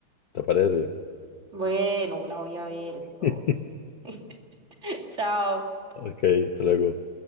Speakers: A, on the left; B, on the right.
A: ¿Te parece?
B: Bueno, la voy a ver entonces.
A: <laughs>
B: <laughs> Chao.
A: Ok, hasta luego.